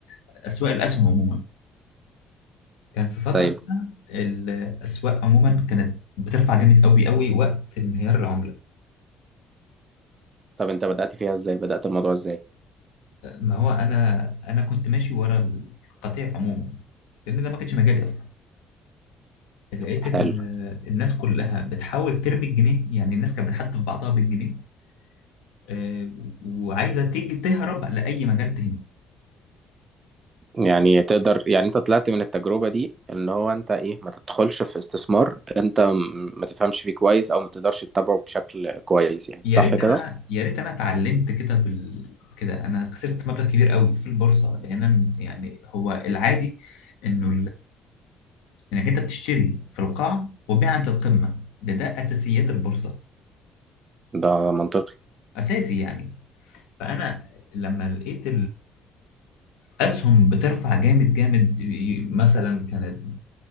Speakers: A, on the left; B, on the right.
A: أسواق الأسهم عموما كان في فترة
B: طيب
A: كده الأسواق عموما كانت بترفع جامد قوي قوي وقت انهيار العملة
B: طب انت بدأت فيها ازاي بدأت الموضوع ازاي
A: ما هو أنا أنا كنت ماشي ورا القطيع عموما لأن ده ما كانش مجالي أصلا لقيت
B: حلو
A: ال- الناس كلها بتحاول ترمي الجنيه يعني الناس كانت بتحدف بعضها بالجنيه آه، وعايزة تيجي تهرب لأي مجال تاني
B: يعني تقدر يعني انت طلعت من التجربة دي ان هو انت ايه ما تدخلش في استثمار انت م- ما تفهمش فيه كويس او ما تقدرش تتابعه بشكل كويس يعني
A: يا
B: صح
A: ريت
B: كده
A: أنا يا ريت أنا اتعلمت كده بال كده أنا خسرت مبلغ كبير قوي في البورصة لأن أنا- يعني هو العادي إنه انك انت بتشتري في القاع وتبيع عند القمه ده ده اساسيات البورصه
B: ده منطقي
A: اساسي يعني فانا لما لقيت الاسهم بترفع جامد جامد ي- مثلا كانت